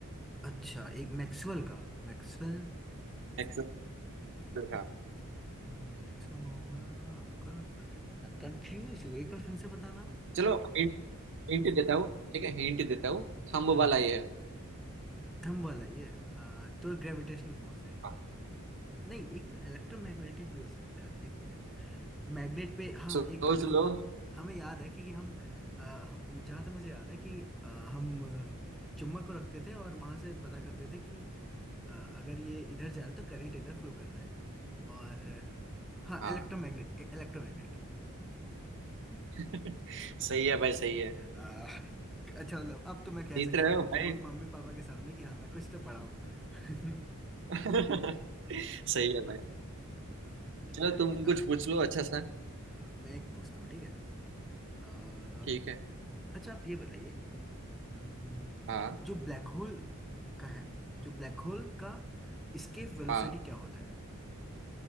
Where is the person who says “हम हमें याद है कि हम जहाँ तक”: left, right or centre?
Centre